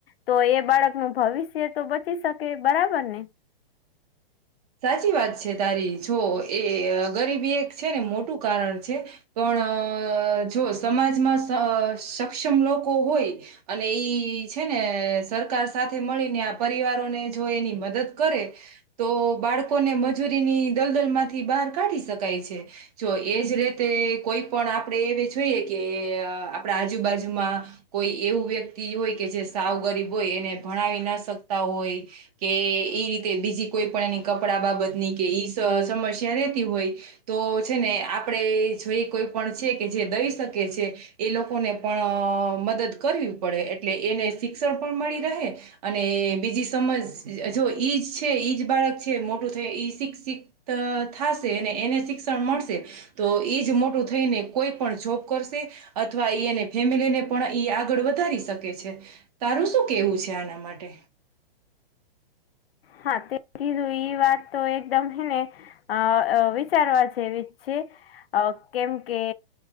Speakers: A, on the left (about 75°); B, on the right (about 40°).
A: તો એ બાળક નું ભવિષ્ય તો બચી શકે બરાબર ને.
B: સાચી વાત છે તારી જો એ ગરીબી એક છે ને મોટું કારણ છે. પણ અ જો સમાજમાં સક્ષમ લોકો હોય અને ઈ છે ને સરકાર સાથે મળીને આ પરિવારોને જો એની મદદ કરે તો બાળકોને મજૂરીની દલદલ માંથી બહાર કાઢી શકાય છે. જો એજ રીતે કોઈ પણ આપણે એ જોઈએ કે આપણા આજુબાજુમાં કોઈ એવું વ્યક્તિ હોય કે જે સાવ ગરીબ હોય એને ભણાવી ના શકતા હોય કે એ રીતે બીજી કોઈ પણ એની કપડા બાબત ની કે ઈ સમસ્યા રેતી હોય તો છે ને આપણેે જોઈ કોઈ પણ છે કે જે દઈ શકે છે. એ લોકોને પણ મદદ કરવી પડે એટલે એને શિક્ષણ પણ મળી રહે અને બીજી સમજ જો ઈજ છે ઈજ બાળક છે મોટું થાય શિક્ષિત થશે અને એને શિક્ષણ મળશે. તો એજ મોટું થઈને કોઈ પણ જોબ કરશે. અથવા એ એને ફેમિલી ને પણ એ આગળ વધારી શકે છે. તારું શું કેવું છે આના માટે
A: હા તે કીધું એ વાત તો એકદમ હ ને અ વિચારવા છે એવી છે કેમ કે